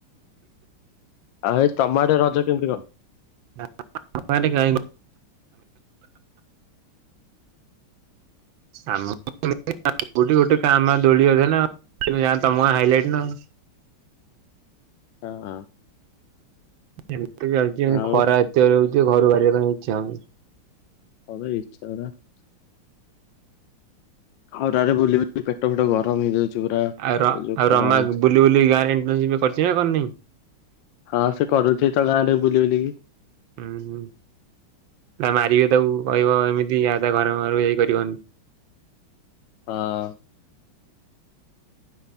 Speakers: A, on the left; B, on the right.
A: ଆଉ ଏଇ ତମ ଆଡେ ରଜ କେମିତି କଣ?
B: ଆମ ଆଡେ <unintelligible> ଆ <unintelligible> କୋଉଠି ଗୋଟେ କାଆ ଭା ଦୋଳି ଅଧେ ନା ତମ ଗାଁ ହାଇଲାଇଟି ନା ଆଉ।
A: ହଁ ହଁ।
B: ଏମିତି ବି ଚାଲିଛି ଏ
A: ଆଉ
B: ଖରା ଏତେ ଜୋରେ ହେଉଛି ଘରୁ ବାହାରିବା ପାଇଁ ଇଚ୍ଛା ହଉନି।
A: ହଁ ବେ ଇଚ୍ଛା <unintelligible> ଖରାରେ ବୁଲିବୁଲି ପେଟ ଫେଟ ଗରମ ହେଇଯାଉଛି। ପୁରା।
B: ଆଉ ର
A: ଏ ଯୋଉ
B: ଆଉ
A: ଖରା
B: ରମା
A: ହଉଛି
B: ବୁଲି ବୁଲି ଗାଁରେ ଇଣ୍ଟନସିପ୍ କରିଛି ନା କରିନି?
A: ହଁ ସେ କରୁଛି ତ ଗାଁ ରେ ବୁଲି ବୁଲିକି।
B: ହୁଁ ହୁଁ ତା ମାରିବେ ତାକୁ କହିବ ଏମିତି ୟା ତା ଘର ଘର କୁ ଯାଇକି କରିବନି।
A: ହଁ।